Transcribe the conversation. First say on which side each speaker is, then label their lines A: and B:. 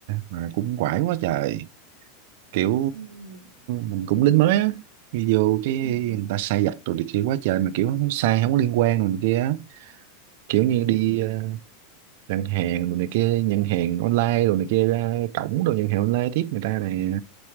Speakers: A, on the right (about 50°); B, on the right (about 75°).
A: mà cũng quải quá trời. Kiểu
B: Ừm,
A: mình cũng lính mới á, đi vô cái
B: ừm,
A: người ta sai vặt rồi này kia quá trời, mà kiểu nó sai không có liên quan rồi này kia á. Kiểu như
B: ừm,
A: đi ờ, đặt hàng rồi này kia, nhận hàng online rồi này kia ra cổng rồi nhận hàng online tiếp người ta nè.